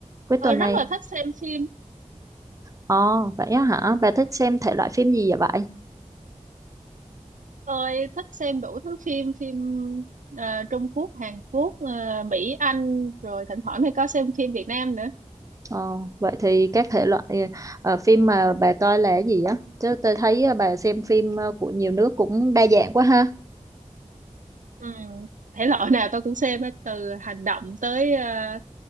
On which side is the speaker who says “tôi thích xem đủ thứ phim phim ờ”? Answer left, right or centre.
Right